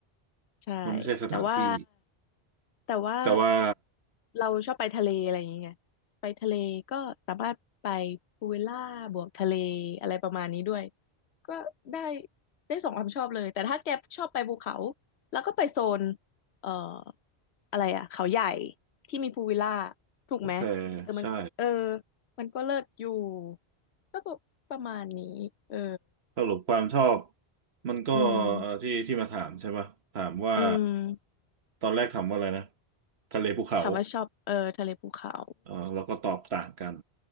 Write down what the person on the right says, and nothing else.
ำมันไม่ใช่สถานที่
แต่ว่า
โอเค
ใช่
สรุปความชอบมันก็เอ่อที่ที่มาถามใช่ปะถามว่า
ตอนแรกถามว่าอะไรนะทะเลภูเขา
เออแล้วก็ตอบต่างกัน